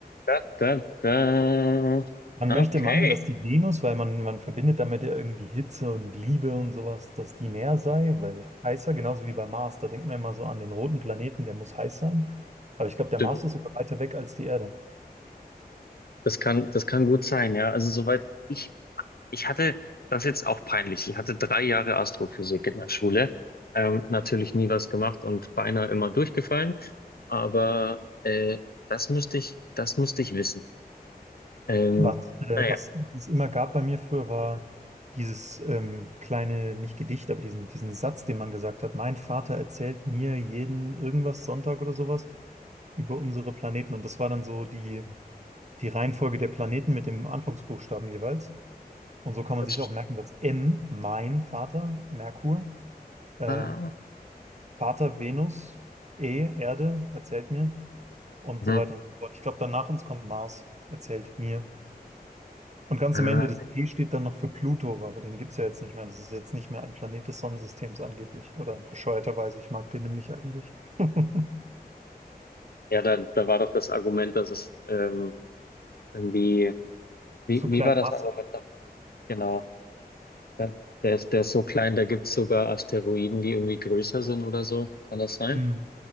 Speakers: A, on the left; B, on the right.
A: Da, da, da.
B: Man möchte
A: Okay,
B: meinen, dass die Venus, weil man, man verbindet damit ja irgendwie Hitze und Liebe und sowas, dass die näher sei, weil heißer, genauso wie bei Mars, da denkt man immer so an den roten Planeten, der muss heiß sein. Aber ich glaube, der
A: stimmt.
B: Mars ist sogar weiter weg als die Erde.
A: Das kann, das kann gut sein, ja. Also soweit ich, ich hatte das ist jetzt auch peinlich. Ich hatte drei Jahre Astrophysik in der Schule. Ähm, natürlich nie was gemacht und beinahe immer durchgefallen. Aber äh, das müsste ich, das müsste ich wissen. Ähm,
B: Was, äh,
A: naja,
B: was es immer gab bei mir früher, war dieses ähm, kleine, nicht Gedicht, aber diesen, diesen Satz, den man gesagt hat, mein Vater erzählt mir jeden irgendwas Sonntag oder sowas über unsere Planeten. Und das war dann so die, die Reihenfolge der Planeten mit dem Anfangsbuchstaben jeweils. Und so kann man
A: das.
B: sich auch merken, dass M, mein Vater, Merkur, äh,
A: Ah,
B: Vater, Venus, E, Erde, erzählt mir und
A: hm.
B: so weiter und so fort. Ich glaube, danach uns kommt Mars, erzählt mir. Und ganz
A: ah.
B: am Ende, das P steht dann noch für Pluto, aber den gibt es ja jetzt nicht mehr. Das ist jetzt nicht mehr ein Planet des Sonnensystems angeblich. Oder bescheuerterweise, ich mag den nämlich eigentlich. <laughs>
A: Ja, da, da war doch das Argument, dass es ähm, irgendwie, wie,
B: Zu
A: wie
B: kleine
A: war das
B: Masse.
A: Argument noch? Genau, da, der ist, der ist so klein, da gibt's sogar Asteroiden, die irgendwie größer sind oder so. Kann das sein?
B: Mm.